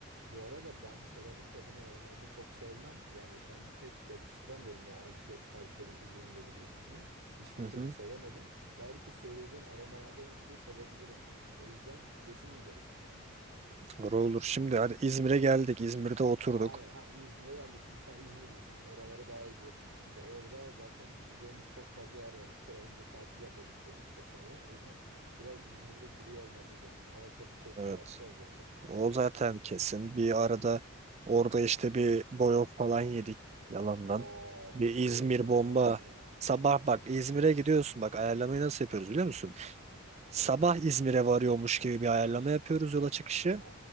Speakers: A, on the right (about 85°); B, on the right (about 30°).
A: Bu arada ben şarabın tadını normalde çok sevmem. Yani ben pek yakıştıramıyorum o alko alkolün üzümle birleşimini. Hiçbir
B: Hı hı.
A: türlü sevemedim. Belki söylediğin aromalardan ötürü sevebilirim yani. O yüzden kesin gidelim ya.
B: Doğru olur. Şimdi hadi İzmir'e geldik. İzmir'de oturduk.
A: Aynen ha İzmir'e geldik şimdi sen İzmirlisin oraları daha iyi bilirsin. Şimdi orada zaten gideceğimiz çok fazla yer var. Bir kere önce tatil yapabileceğimiz çok yer var. O yüzden biraz İzmir'de duruyor olmamız lazım. Alaçatı Çeşme
B: Evet.
A: yapacağız zaten.
B: O zaten kesin. Bir arada orada işte bir boyoz falan yedik yalandan.
A: Aa
B: Bir İzmir
A: boyoz yenmez
B: bomba.
A: mi ya?
B: Sabah bak İzmir'e gidiyorsun. Bak ayarlamayı nasıl yapıyoruz biliyor musun?
A: Ha
B: Sabah İzmir'e varıyormuş gibi bir ayarlama yapıyoruz yola çıkışı.
A: ha